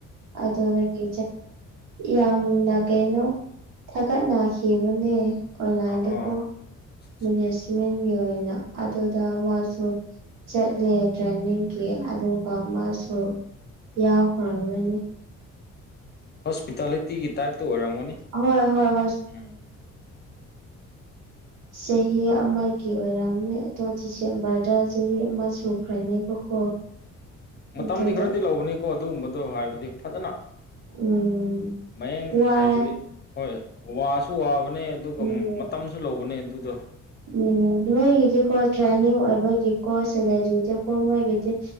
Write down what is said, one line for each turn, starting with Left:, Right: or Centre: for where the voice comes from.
Right: ꯑꯗꯨꯗꯒꯤ ꯌꯥꯝꯅ ꯀꯩꯅꯣ ꯊꯥꯒꯠꯅꯈꯤꯕꯅꯦ ꯑꯣꯟꯂꯥꯏꯟꯗꯀꯣ
Left: ꯑꯍꯣ ꯑꯆꯥ
Right: ꯃꯦꯅꯦꯖꯃꯦꯟꯒꯤ
Left: ꯆꯥ
Right: ꯑꯣꯏꯅ ꯑꯗꯨꯗ ꯃꯥꯁꯨ ꯆꯠꯂꯦ ꯇ꯭ꯔꯦꯅꯤꯡ
Left: ꯎꯝ
Right: ꯑꯗꯨꯒ ꯃꯥꯁꯨ ꯌꯥꯎꯈ꯭ꯔꯔꯅꯤ
Left: ꯍꯣꯁꯄꯤꯇꯥꯂꯤꯇꯤꯒꯤ ꯇꯥꯏꯞꯇ ꯑꯣꯏꯔꯝꯒꯅꯤ
Right: ꯍꯣꯏ-ꯍꯣꯏ <unintelligible>
Left: ꯎꯝ
Right: ꯆꯍꯤ ꯑꯃꯒꯤ ꯑꯣꯏꯔꯝꯃꯦ ꯑꯗꯣ ꯗꯤꯁꯦꯝꯕꯔꯗ ꯆꯍꯤ ꯑꯃ ꯁꯨꯈ꯭ꯔꯅꯦꯕꯀꯣ <inaudible>
Left: ꯃꯇꯝꯗꯤ
Right: ꯑꯗꯨꯗ
Left: ꯈꯔꯗꯤ ꯂꯧꯕꯅꯤꯀꯣ ꯑꯗꯨꯒꯨꯝꯕꯗꯣ ꯍꯥꯏꯕꯗꯤ ꯐꯖꯅ
Right: ꯎꯝ
Left: ꯃꯌꯦꯡ
Right: ꯋꯥꯏ
Left: ꯍꯥꯏꯕꯗꯤ ꯍꯣꯏ ꯋꯥꯁꯨ ꯋꯥꯕꯅꯦ ꯑꯗꯨꯒ
Right: ꯎꯝ
Left: ꯃꯇꯝꯁꯨ ꯂꯧꯕꯅꯦ ꯑꯗꯨꯗꯣ
Right: ꯎꯝ ꯃꯣꯏꯒꯤꯗꯤꯀꯣ ꯇ꯭ꯔꯦꯟꯅꯤꯡ ꯑꯣꯏꯕꯒꯤꯀꯣ ꯁꯦꯂꯔꯤꯗꯀꯣ ꯃꯣꯏꯒꯤꯗꯤ